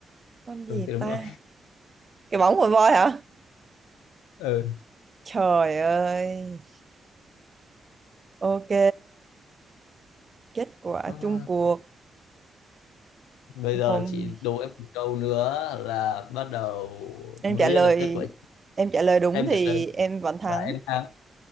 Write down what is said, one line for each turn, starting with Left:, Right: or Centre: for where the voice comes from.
Right: Con gì
Left: ừ, thì đúng
Right: ta?
Left: rồi
Right: Cái bóng của voi hả?
Left: ừ.
Right: Trời ơi. Ok, kết quả
Left: Ờ,
Right: chung cuộc.
Left: bây giờ
Right: Không,
Left: chị đố em một câu nữa là bắt đầu
Right: em
Left: mới
Right: trả
Left: biết
Right: lời
Left: được kết quả
Right: em trả lời đúng
Left: em
Right: thì
Left: trả lời
Right: em vẫn thắng.
Left: và em thắng